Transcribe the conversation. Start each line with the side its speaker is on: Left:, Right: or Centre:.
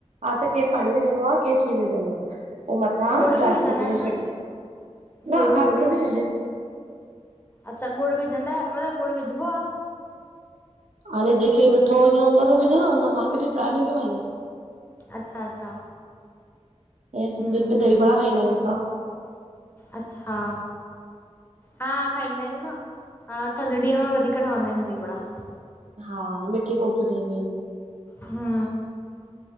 Right: हा त, केरु पाणी विझंदो, आहे केरु खीर, विझंदो आहे पोइ, मथां
Left: गुड़
Right: सुका
Left: बि
Right: मेवं
Left: विझंदा आहिनि
Right: जी
Left: न
Right: छंड, न
Left: गुड़
Right: खंड्रू
Left: गुड़
Right: बि हले
Left: अच्छा, गुड़, विझंदा मतिलब गुड़ विजबो आहे।
Right: हाणे जेके मिठो ईआ हूंदो त विझादो, मां कॾहिं ट्राए, न कयो आहे
Left: अच्छा, अच्छा
Right: ऐं सिंधियुनि,
Left: हम
Right: में दही वड़ा खाईंदायूं, असां
Left: अच्छा! हा खाईंदा आहियूं, न थदड़ीअ में वधीक केॾा, वढ़ंदा आहिनि दही वड़ा।
Right: हा, मिठी कोकियूं, ठहंडियू आहिनि।
Left: हू